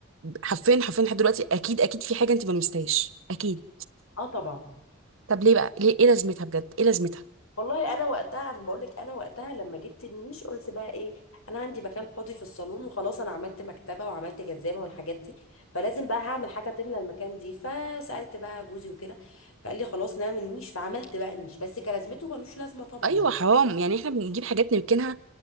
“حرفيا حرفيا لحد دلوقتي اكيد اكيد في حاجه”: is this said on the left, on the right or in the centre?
Right